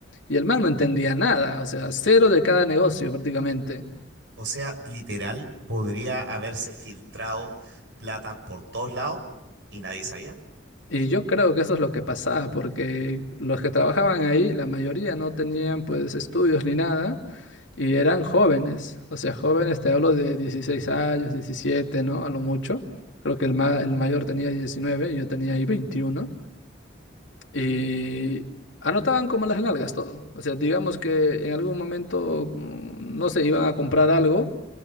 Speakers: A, on the left; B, on the right.
A: y el man no entendía nada, o sea, cero de cada negocio prácticamente.
B: O sea, literal, podría haberse filtrado plata por todos lados y nadie sabía.
A: Y yo creo que eso es lo que pasaba, porque los que trabajaban ahí, la mayoría no tenían pues estudios ni nada, y eran jóvenes, o sea, jóvenes, te hablo de 16 años, 17 ¿no? A lo mucho. Creo que el, ma- el mayor tenía 19 y yo tenía ahí veintiuno Y anotaban como las nalgas todo. O sea, digamos que en algún momento, mm, no sé, iban a comprar algo